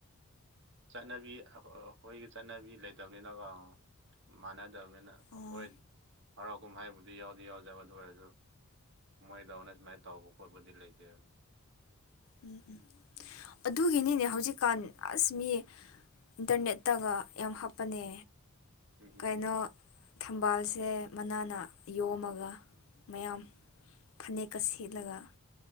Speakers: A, on the right; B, on the left.
A: ꯆꯠꯅꯕꯤ ꯑꯩꯈꯣꯏꯒꯤ ꯆꯠꯅꯕꯤ ꯂꯩꯇꯕꯅꯤꯅꯀꯣ ꯃꯥꯟꯅꯗꯕꯅꯤꯅ
B: ꯑꯣ
A: ꯍꯣꯏ ꯍꯔꯥꯎ ꯀꯨꯝꯍꯩꯕꯨꯗꯤ ꯌꯥꯎꯗꯤ ꯌꯥꯎꯗꯕ ꯑꯗꯨ ꯑꯣꯏꯔꯁꯨ ꯃꯣꯏꯗꯅ ꯁꯨꯃꯥꯏꯅ ꯇꯧꯕ ꯈꯣꯠꯄꯗꯤ ꯂꯩꯇꯦ ꯑꯗꯨ
B: ꯎꯝ ꯎꯝ ꯑꯗꯨꯒꯤꯅꯤꯅꯦ ꯍꯧꯖꯤꯛꯀꯥꯟ ꯑꯁ ꯃꯤ ꯏꯟꯇꯔꯅꯦꯠꯇꯒ ꯌꯥꯝ ꯍꯥꯞꯄꯅꯦ
A: ꯎꯝ
B: ꯀꯩꯅꯣ ꯊꯝꯕꯥꯜꯁꯦ ꯃꯅꯥꯅ ꯌꯣꯝꯃꯒ ꯃꯌꯥꯝ ꯐꯅꯦꯛꯀ ꯁꯦꯠꯂꯒ